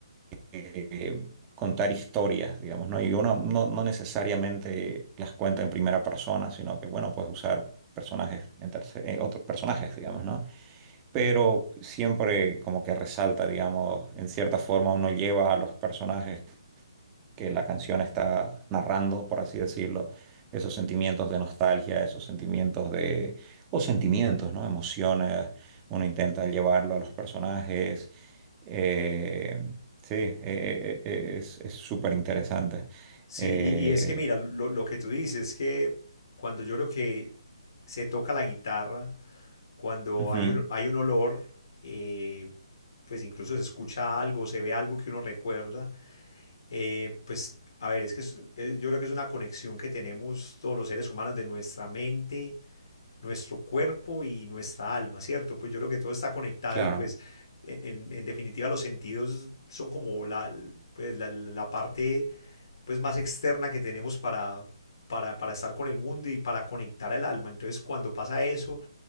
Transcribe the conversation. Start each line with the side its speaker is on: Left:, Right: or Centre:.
Right: eh, contar historias, digamos, ¿no? Y uno no, no necesariamente las cuenta en primera persona, sino que, bueno, puedes usar personajes, en terce- eh, otros personajes, digamos, ¿no? Pero siempre como que resalta, digamos, en cierta forma uno lleva a los personajes que la canción está narrando, por así decirlo, esos sentimientos de nostalgia, esos sentimientos de, o sentimientos, ¿no? Emociones, uno intenta llevarlo a los personajes. eh, sí, eh, eh, eh, es es súper interesante.
Left: Sí,
Right: Eh,
Left: y, y es que mira, lo, lo que tú dices es que cuando yo creo que se toca la guitarra, cuando
Right: ujú,
Left: hay un, hay un olor, eh, pues incluso se escucha algo, se ve algo que uno recuerda, eh, pues a ver, es que es- es- yo creo que es una conexión que tenemos todos los seres humanos de nuestra mente nuestro cuerpo y nuestra alma, ¿cierto? Pues yo creo que todo está conectado
Right: claro,
Left: y pues e, en, en definitiva los sentidos son como la, pues, la, la parte pues más externa que tenemos para, para, para estar con el mundo y para conectar al alma. Entonces cuando pasa eso,